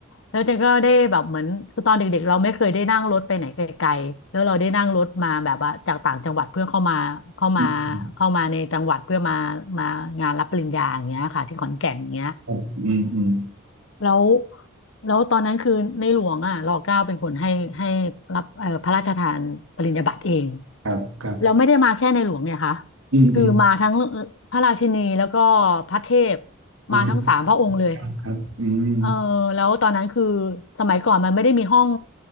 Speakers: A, on the left; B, on the right.
A: แล้วเจนก็ได้แบบเหมือนคือตอนเด็กๆเราไม่เคยได้นั่งรถไปไหนไกลๆแล้วเราได้นั่งรถมาแบบว่าจากต่างจังหวัดเพื่อเข้ามาเข้ามา
B: อืมอืม
A: เข้ามาในจังหวัดเพื่อมามางานรับปริญญาอย่างเงี้ยค่ะที่ขอนแก่นอย่างเงี้ย
B: ครับครับอืมอืม
A: แล้วแล้วตอนนั้นคือในหลวงอ่ะรอเก้าเป็นคนให้ให้รับเอ่อพระราชทานปริญญาบัตรเอง
B: ครับครับ
A: แล้วไม่ได้มาแค่ในหลวงเนี่ยค่ะ
B: อืมอืม
A: คือมาทั้งพระราชินีแล้วก็พระเทพ
B: อ๋อ
A: มาทั้งสามพระองค์เลย
B: ครับครับอืม
A: เออแล้วตอนนั้นคือสมัยก่อนมันไม่ได้มีห้อง